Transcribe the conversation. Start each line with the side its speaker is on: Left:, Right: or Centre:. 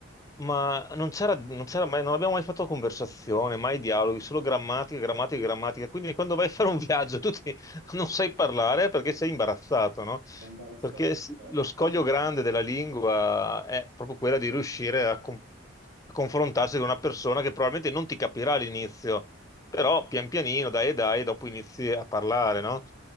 Left: Ma non c'era non c'era mai, non abbiamo mai fatto conversazione, mai dialoghi, solo grammatica, grammatica,
Right: sì,
Left: grammatica. Quindi quando vai a fare un viaggio, <laughs> tu ti, <laughs> non sai parlare perché sei imbarazzato, no?
Right: sei imbarazzato,
Left: Perché s-
Right: eh,
Left: lo scoglio grande della lingua è proprio quella di riuscire a, con- a confrontarsi con una persona che probabilmente non ti capirà all'inizio, però pian pianino, dai e dai, dopo inizi a parlare, no?